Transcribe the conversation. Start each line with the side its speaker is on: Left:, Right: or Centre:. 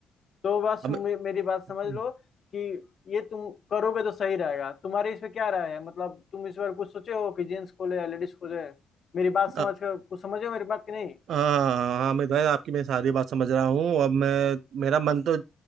Left: तो बस
Right: अब
Left: मे-
Right: मैं
Left: मेरी बात समझ
Right: हम्म।
Left: लो कि ये तुम करोगे तो सही रहेगा तुम्हारी इस पे क्या राय है मतलब तुम इस बार कुछ सोचे हो कि जेंट्स खोले या लेडीज खोले मेरी बात
Right: अ-
Left: समझ कर कुछ समझे हो मेरी बात की नहीं
Right: हाँ हाँ मैं भाई आपकी मैं सारी बात समझ रहा हूँ अब मैं मेरा मन तो